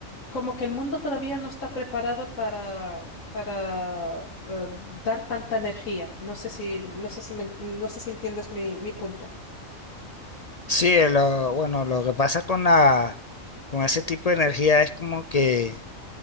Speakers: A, on the left; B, on the left.
A: como que el mundo todavía no está preparado para, para eh, dar tanta energía. No sé si, no sé si me- no sé si entiendes mi, mi punto.
B: Sí, lo, bueno, lo que pasa con la, con ese tipo de energía es como que